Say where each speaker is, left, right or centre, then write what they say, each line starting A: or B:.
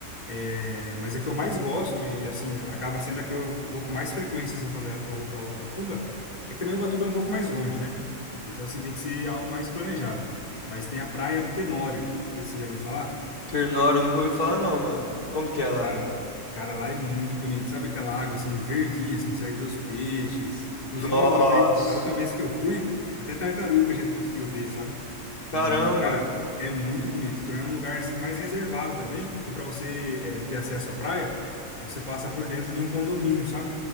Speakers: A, on the left; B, on the left.
A: É, mas a que eu mais gosto, e assim, acaba sendo a que eu vou com mais frequência, assim, quando eu eu vou para Ubatuba, é que também Ubatuba é um pouco mais longe, né? Então, assim, tem que ser algo mais planejado. Mas tem a Praia do Tenório, não sei se você já ouviu falar.
B: Ternório, eu nunca ouvi falar não, mano. Como que é lá?
A: Cara, cara, lá é muito bonito. Sabe aquela água, assim, verdinha, você consegue ver os peixes. Inclusive,
B: Nossa,
A: uma vez, da última vez que eu fui, até tartaruga a gente conseguiu ver, sabe? E,
B: caramba.
A: cara, é muito bonito. Então é um lugar assim mais reservado também, porque para você é, ter acesso à praia, você passa por dentro de um condomínio, sabe?